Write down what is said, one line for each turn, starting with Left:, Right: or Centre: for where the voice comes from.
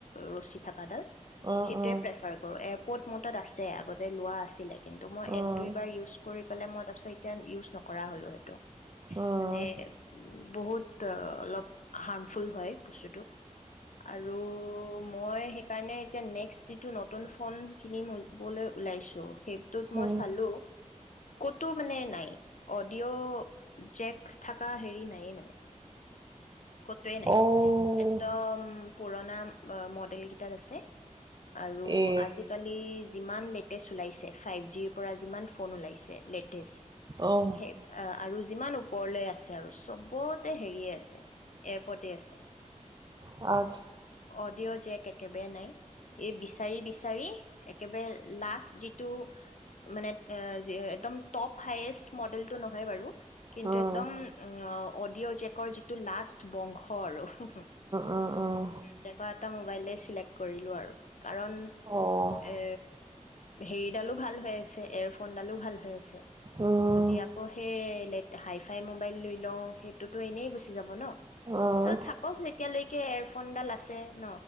Left: ৰছী থকাডাল।
Right: উম,
Left: সেইটোয়ে
Right: উম,
Left: প্ৰেফাৰ কৰো। এপৰ্দ মোৰ তাত আছে, আগতে লোৱা আছিলে। কিন্তু মই
Right: উম,
Left: এক দুইবাৰ ইউজ কৰি পেলাই মই। তাৰপিছত এতিয়া ইউজ নকৰা হ'লো সেইটো।
Right: উম,
Left: মানে, উম, বহুত, অলপ হাৰ্মফুল হয় বস্তুটো। আৰু মই সেইকাৰণে এতিয়া নেক্সট যিটো নতুন ফোন কিনিবলৈ ওলাইছোঁ। সেইটোত
Right: উম,
Left: মই
Right: উম।
Left: চালো। ইটো মানে নাই, অডিঅ' জেক থকা হেৰি নাই মানে কতোৱেই নাই,
Right: অ'
Left: একদম পুৰণা মডেল কেইটাত আছে। আৰু
Right: এ
Left: আজিকালি যিমান লেটেষ্ট ওলাইছে, ফাইভ জিৰ পৰা যিমান ফোন ওলাইছে লেটেষ্ট।
Right: অ'
Left: সে- আৰু যিমান ওপৰলৈ আছে, আৰু চবতে হেৰিয়ে আছে। এয় পদে আছে।
Right: আ,
Left: অডিঅ' জেক এক। একেবাৰে নাই। এই বিচাৰি-বিচাৰি একেবাৰে লাষ্ট, যিটো মানে একদম টপ হায়েষ্ট মডেলটো নহয় বাৰু, কিন্তু
Right: উম,
Left: একদম উম, ন অ', অডিঅ' জেকৰ যিটো লাষ্ট বংশ আৰু উম,
Right: উম, উম।
Left: কেপাবাটা মোবাইলে চিলেক্ট কৰিলো আৰু কাৰণ
Right: অ'
Left: এ হেৰিডালো ভাল হৈ আছে এয়াৰ ফোনডালো ভাল হৈ আছে।
Right: উম,
Left: যদি আকৌ সেই লেড, হাই-ফাই মোবাইল লৈ লওঁ, সেইটোতো এনেই গুচি যাব ন।
Right: উম,
Left: ত থাকক, যেতিয়ালৈকে ফোনদাল আছ ন